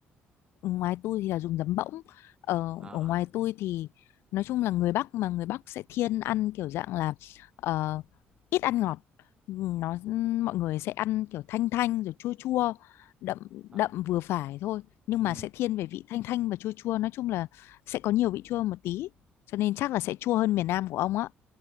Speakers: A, on the left; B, on the right.
A: ngoài tôi thì là dùng giấm bỗng ở
B: ờ
A: ở ngoài tôi thì nói chung là người Bắc mà người Bắc sẽ thiên ăn kiểu dạng là ờ, ít ăn ngọt nó mọi người sẽ ăn kiểu thanh thanh rồi chua chua đậm
B: ờ
A: đậm vừa phải thôi nhưng
B: ừ.
A: mà sẽ thiên về vị thanh thanh và chua chua nói chung là sẽ có nhiều vị chua một tí cho nên chắc là sẽ chua hơn miền Nam của ông á